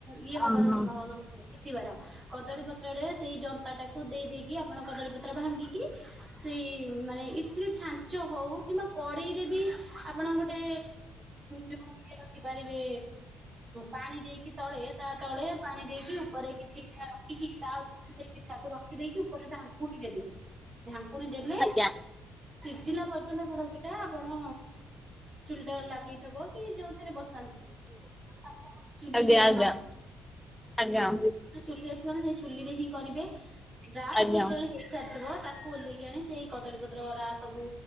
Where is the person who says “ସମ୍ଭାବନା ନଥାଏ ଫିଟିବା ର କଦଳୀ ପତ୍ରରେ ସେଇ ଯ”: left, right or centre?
Right